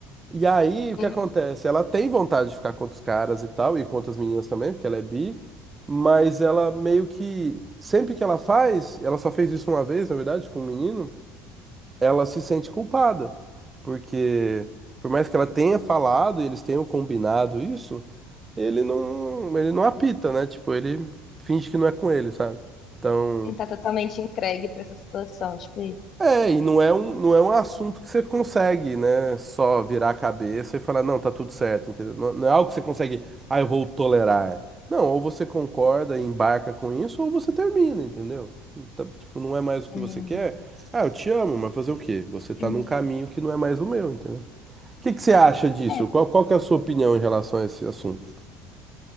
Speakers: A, on the right (about 25°); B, on the left (about 50°).
A: E aí, o que
B: hum,
A: acontece? Ela tem vontade de ficar com outros caras e tal, e com outras meninas também, porque ela é bi, mas ela meio que, sempre que ela faz, ela só fez isso uma vez, na verdade, com um menino, ela se sente culpada, porque por mais que ela tenha falado e eles tenham combinado isso, ele não, ele não apita, né? Tipo, ele finge que não é com ele, sabe? Então.
B: Não tá totalmente entregue pra essa situação, tipo isso.
A: É, e não é um, não é um assunto que você consegue, né? Só virar a cabeça e falar, não, tá tudo certo, entendeu? Não, não é algo que você consegue, ah, eu vou tolerar. Não, ou você concorda e embarca com isso, ou você termina, entendeu? Então, tipo, não é mais o
B: Hum.
A: que você quer. Ah, eu te amo, mas fazer o quê? Você tá
B: hum.
A: num caminho que não é mais o meu, entendeu? O que que você acha disso?
B: É,
A: Qual, qual que é a sua opinião em relação a esse assunto?